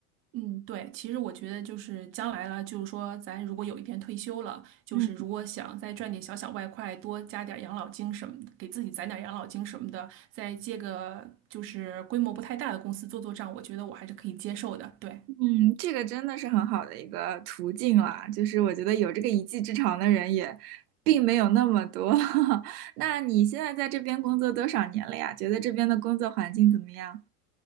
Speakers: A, on the right; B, on the right.
A: 嗯，对，其实我觉得就是将来了，就是说咱如果有一天退休了，就是如果想再赚点小小外快，
B: 嗯。
A: 多加点养老金什么的，给自己攒点养老金什么的，再接个就是规模不太大的公司做做账，我觉得我还是可以接受的。对，
B: 嗯，这个真的是很好的一个途径啦，就是我觉得有这个一技之长的人也并没有那么多。<laughs> 那你现在在这边工作多少年了呀？觉得这边的工作环境怎么样？